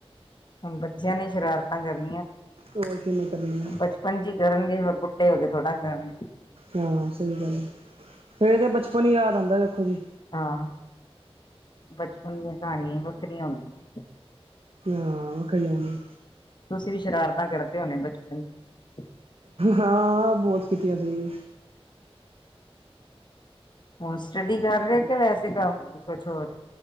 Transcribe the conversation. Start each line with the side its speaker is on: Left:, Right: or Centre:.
Left: ਹੁਣ ਬੱਚਿਆਂ ਨੇ ਸ਼ਰਾਰਤਾਂ ਕਰਨੀਆਂ
Right: ਹੋਰ ਕਿਵੇਂ ਕਰਨੀ ਆ
Left: ਬਚਪਨ ਚ ਹੀ ਕਰਨਗੇ ਹੋ ਗਏ ਥੋੜਾ ਗਰਮ
Right: ਹਾਂ ਸਹੀ ਗੱਲ ਹੈ ਫੇਰ ਤੇ ਬਚਪਨ ਹੀ ਯਾਦ ਆਉਂਦਾ ਦੇਖੋ ਜੀ
Left: ਹਾਂ। ਬਚਪਨ ਦੀਆਂ ਕਹਾਣੀਆਂ ਹੀ ਵੱਖਰੀਆਂ ਹੁੰਦੀਆਂ।
Right: ਹਾਂ ਉਹ ਖਈ ਆਦੀ
Left: ਅਸੀਂ ਵੀ ਸ਼ਰਾਰਤਾਂ ਕਰਦੇ ਹਦੇ ਬਚਪਨ ਚ।
Right: ਹਾਂ ਬਹੁਤ ਕੀਤੀਆਂ ਸੀ।
Left: ਉਹ ਸਟੱਡੀ ਕਰ ਰਹੇ ਤੇ ਵੈਸੇ ਕੰਮ ਕੁਛ ਹੋਰ